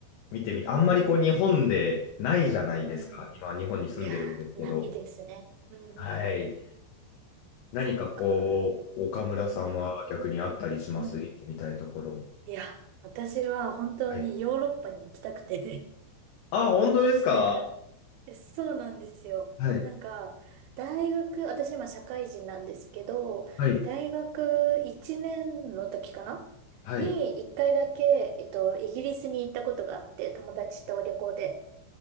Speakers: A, on the left; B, on the right.
A: 見てみて、あんまりこう日本でないじゃないですか。
B: うん。
A: 今日本に住んでるんですけど。
B: いやー、ないですね。うんうんうん。
A: はい。何かこう、
B: そうか。
A: 岡村さんは逆にあったりします行ってみたいところ。
B: うんうん。いや、私は本当にヨーロッパに行きたくて
A: はい。あ、本当ですか
B: なんか、えそうなんですよ。
A: はい。
B: なんか、大学、私今社会人なんですけど、
A: はい。
B: 大学1年の時かな
A: はい。
B: に、一回だけ、えっと、イギリスに行ったことがあって、友達と旅行で。